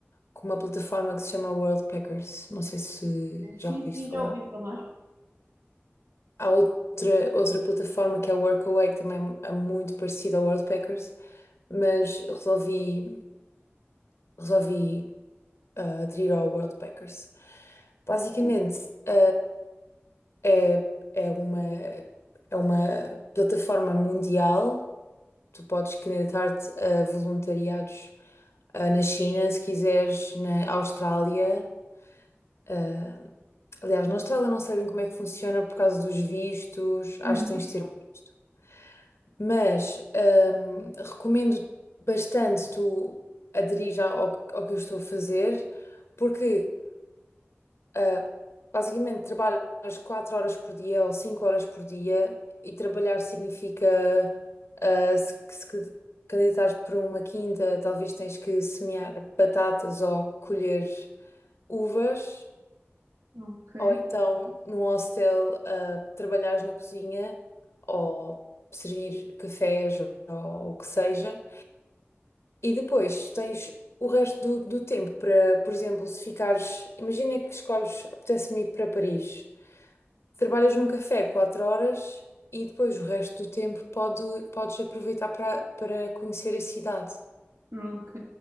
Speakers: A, on the left; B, on the right.
A: com uma plataforma que se chama Worldpackers. Não sei se
B: Sim,
A: já ouviste
B: sim,
A: falar.
B: já ouvi falar.
A: Há outra, outra plataforma que é a Workaway, que também é muito parecida ao Worldpackers, mas resolvi, resolvi ah, aderir ao Worldpackers. Basicamente, ah, é, é uma, é uma plataforma mundial Tu podes candidatar-te a voluntariados ah, na China, se quiseres, na Austrália. ah, aliás, na Austrália não sabem como é que funciona por causa dos vistos, acho
B: Uhum.
A: que tens de ter um visto. Mas hum, recomendo bastante tu aderir ao, ao que eu estou a fazer, porque ah, basicamente, trabalhas 4 horas por dia ou 5 horas por dia e trabalhar significa ah, se, se que- candidatares para uma quinta, talvez tens que semear batatas ou colher uvas,
B: Ok.
A: ou então num hostel ah, trabalhares na cozinha ou servir cafés ou, ou o que seja. E depois tens o resto do, do tempo para, por exemplo, se ficares. Imagina que escolhes, apetece-me ir para Paris. Trabalhas num café 4 horas e depois o resto do tempo pode, podes aproveitar para, para conhecer a cidade.
B: Ok.